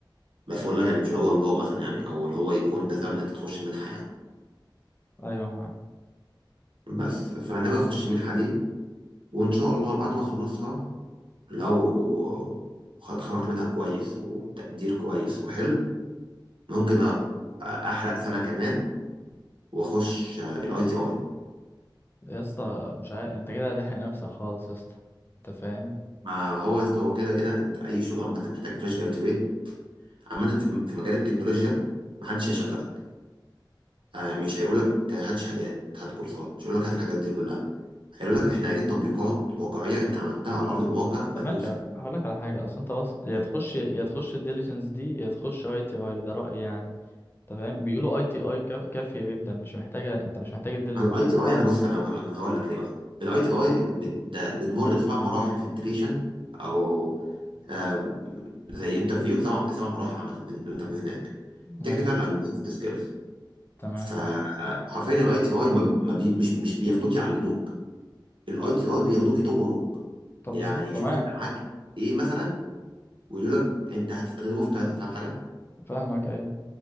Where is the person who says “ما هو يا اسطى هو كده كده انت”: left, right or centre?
Right